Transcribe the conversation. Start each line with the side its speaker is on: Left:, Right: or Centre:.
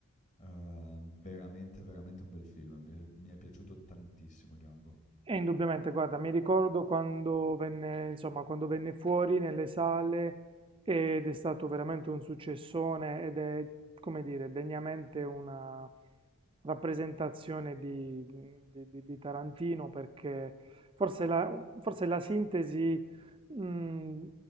Left: Uhm, veramente, veramente un bel film. Mi è mi è piaciuto tantissimo Django.
Right: E indubbiamente, guarda, mi ricordo quando venne, insomma, quando venne fuori nelle sale ed è stato veramente un successone ed è, come dire, degnamente una rappresentazione di, di- di- di Tarantino perché forse la, forse la sintesi, mh,